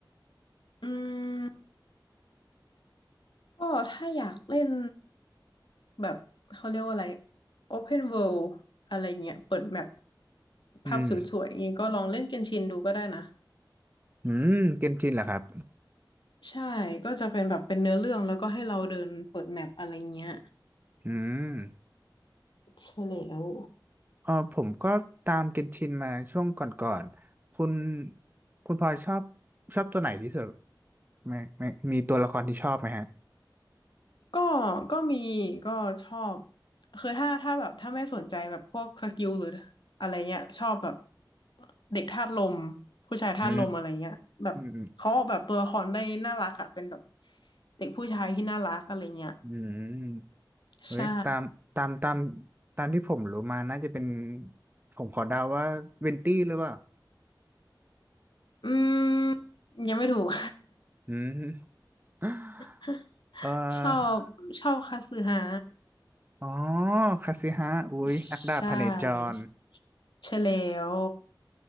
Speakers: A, on the left; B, on the right.
A: อืมก็ถ้าอยากเล่นแบบเขาเรียกว่าอะไร Open World อะไรเงี้ย เปิดแมปภาพสวยๆอย่างงี้ก็ลองเล่นเกนชินดูก็ได้นะ
B: อืมอืมเกนชินเหรอครับ
A: ใช่ ก็จะเป็นแบบเป็นเนื้อเรื่องแล้วก็ให้เราเดินเปิดแมปอะไรเงี้ย
B: อืม
A: ใช่แล้ว
B: อ๋อผมก็ตามเกนชินมาช่วงก่อนๆคุณคุณพลอยชอบชอบตัวไหนที่สุดไหมไม่มีตัวละครที่ชอบไหมฮะ
A: ก็ก็มีก็ชอบคือถ้าถ้าแบบถ้าไม่สนใจแบบพวกสกิลหรืออะไรเงี้ยชอบแบบเด็กธาตุลมผู้ชายธาตุลมอะไรเงี้ยแบบเขาออกแบบตัวละครได้น่ารักอะเป็นแบบ
B: อืม
A: เด็กผู้ชายที่น่ารักอะไรเงี้ย
B: อืมเฮ้ยตามตามตาม
A: ใช่
B: ตามที่ผมรู้มาน่าจะเป็นผมขอเดาว่าเวนตี้หรือเปล่า
A: อืมยังไม่ถูก
B: อืม <gasps>
A: <laughs>
B: เอ่อ
A: ชอบชอบคาสึฮะ
B: อ๋อคาสิฮะอุ้ยนักดาบพเนจร
A: ใช่ใช่แล้ว